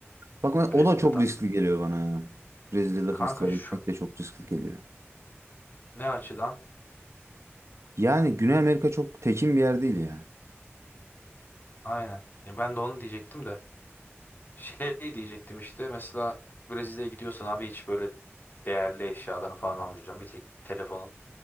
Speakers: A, on the right; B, on the left.
A: Bak ben-
B: Brezilya'dan.
A: o da çok riskli geliyor bana ya. Brezilya'da
B: Kanka
A: festivale
B: şu
A: gitmek de çok riskli geliyor.
B: ne açıdan?
A: Yani Güney Amerika çok tekin bir yer değil ya.
B: Aynen. Ya ben de onu diyecektim de şey diyecektim işte mesela Brezilya'ya gidiyorsan abi hiç böyle değerli eşyalarını falan almayacağım. Bir tek telefonun.